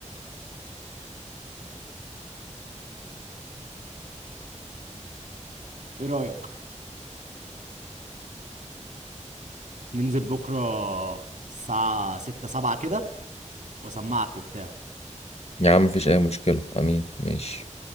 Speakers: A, on the right; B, on the left.
A: ايه رايك ننزل بكره الساعه 6 7 كده واسمعك وبتاع
B: يا عم مفيش اي مشكله امين ماشي